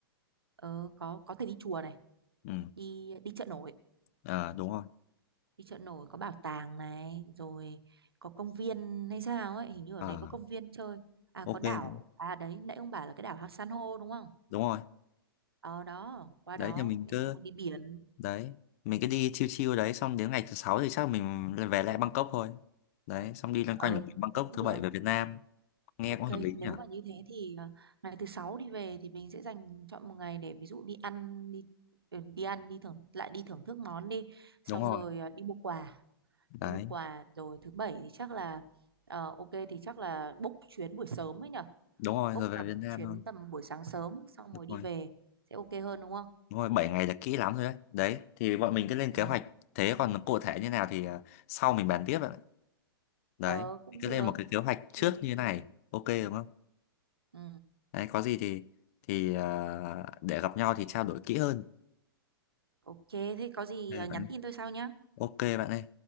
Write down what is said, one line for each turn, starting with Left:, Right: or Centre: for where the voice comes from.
Right: ờ, có có thể đi chùa này
Left: ừ
Right: đi đi chợ nổi
Left: ờ, đúng rồi.
Right: đi chợ nổi có bảo tàng này rồi có công viên hay sao ấy hình như ở
Left: Ờ
Right: đấy có công viên chơi à
Left: ok
Right: có đảo à đấy nãy ông bảo là cái đảo San Hô đúng không
Left: đúng rồi.
Right: ờ đó qua
Left: Đấy
Right: đó
Left: thì mình cứ
Right: xong rồi đi biển
Left: đấy, mình cứ đi chill chill đấy xong đến ngày thứ sáu thì chắc mình lại về lại Bangkok thôi. Đấy, xong đi loanh
Right: Ừ,
Left: quanh ở Bangkok
Right: thế cũng
Left: thứ
Right: được.
Left: bảy về Việt Nam. Nghe
Right: Ok,
Left: cũng hợp lý
Right: nếu
Left: nhỉ?
Right: mà như thế thì à, ngày thứ sáu đi về thì mình sẽ dành chọn một ngày để ví dụ đi ăn đi ừ, đi ăn đi thưởng lại đi thưởng thức món đi, xong
Left: Đúng rồi.
Right: rồi à, đi mua quà,
Left: Đấy,
Right: đi mua quà rồi thứ bảy thì chắc là ờ, ok thì chắc là book chuyến buổi sớm ấy nhở,
Left: đúng rồi,
Right: book
Left: rồi về
Right: tầm
Left: Việt Nam
Right: chuyến
Left: thôi.
Right: tầm buổi sáng sớm xong
Left: Đúng
Right: rồi đi
Left: rồi.
Right: về sẽ ok hơn đúng không?
Left: Đúng rồi, 7 ngày là kỹ lắm rồi đấy. Đấy, thì bọn mình cứ lên kế
Right: Ừ.
Left: hoạch. Thế còn cụ thể như nào thì ờ, sau mình bàn tiếp ạ. Đấy,
Right: Ờ cũng
Left: cứ
Right: được.
Left: lên một cái kế hoạch
Right: Ok
Left: trước
Right: ok.
Left: như thế này. Ok đúng không?
Right: Ừ.
Left: Đấy, có gì thì thì à, để gặp nhau thì trao đổi kỹ hơn.
Right: Ok thế có gì
Left: Đây,
Right: à,
Left: bạn.
Right: nhắn tin tôi sau nhá.
Left: Ok bạn ơi.